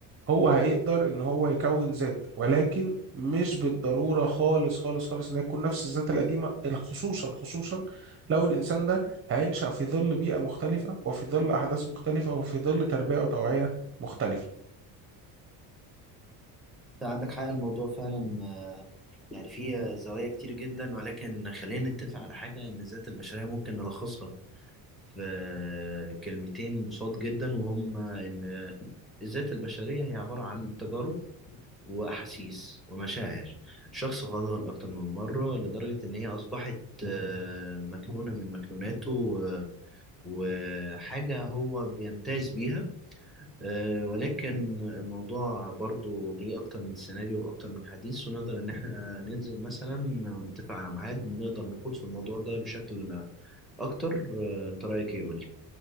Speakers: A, on the right (about 30°); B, in the centre.
A: هو هيقدر ان هو يكون ذات ولكن مش بالضروره خالص خالص خالص ان هي تكون نفس الذات القديمه خصوصا خصوصا لو الانسان ده هينشا في ظل بيئه مختلفه وفي ظل احداث مختلفه وفي ظل تربيه وتوعيه مختلفه
B: انت عندك حق الموضوع فعلا آه، يعني فيه زوايا كتير جدا ولكن خلينا نتفق على حاجة إن الذات البشرية ممكن نلخصها في آه، كلمتين بساط جدا وهم إن الذات البشرية هي عبارة عن تجارب وأحاسيس ومشاعر شخص غضب أكتر من مرة لدرجة إن هي أصبحت آه، مكنونة من مكنوناته و- وحاجة هو بيمتاز بيها آه، ولكن الموضوع برضو ليه أكتر من سيناريو وأكتر من حديث ونقدر إن إحنا ننزل مثلا ونتفق على ميعاد نقدر نخوض في الموضوع ده بشكل أكتر آه، أنت رأيك إيه قولي